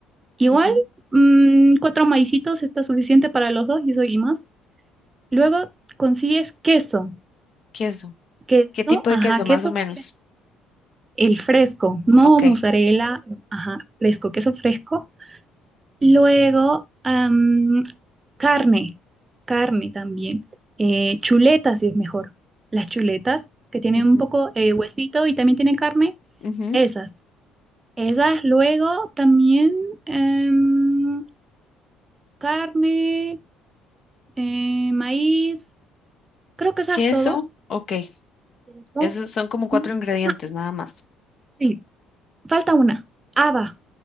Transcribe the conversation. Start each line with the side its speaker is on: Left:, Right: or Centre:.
Right: igual
Left: ujú.
Right: mm, cuatro maicitos está suficiente para los dos y eso y más. Luego consigues queso,
Left: Queso.
Right: queso,
Left: ¿Qué tipo de
Right: ajá,
Left: queso,
Right: queso,
Left: más o menos?
Right: fre- el fresco, no
Left: Ok.
Right: mozzarella, ajá, fresco, queso fresco. Luego, am, carne, carne también. Eh, chuletas, si es mejor. Las chuletas que tienen
Left: ujú,
Right: un poco eh, huesito y también tienen carne,
Left: ujú.
Right: esas. Esas luego también em, carne, eh, maíz, creo que esas
Left: Queso,
Right: todo.
Left: ok.
Right: Eso.
Left: Esos son como cuatro
Right: Ujú.
Left: ingredientes,
Right: Ah,
Left: nada más.
Right: sí, falta una, haba.